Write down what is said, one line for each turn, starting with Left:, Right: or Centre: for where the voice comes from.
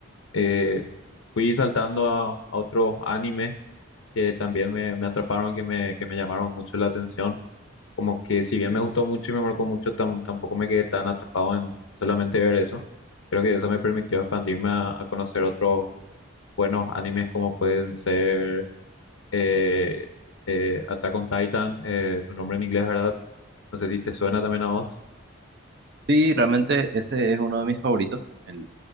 Left: eh, fui saltando a, a otros animes que también me, me atraparon, que me, que me llamaron mucho la atención. Como que si bien me gustó mucho y me marcó mucho, tam- tampoco me quedé tan atrapado en solamente ver eso. Creo que eso me permitió expandirme a, a conocer otros buenos animes como pueden ser eh, eh, Attack on Titan, eh, su nombre en inglés, ¿verdad? No sé si te suena también a vos.
Right: Sí, realmente ese es uno de mis favoritos, el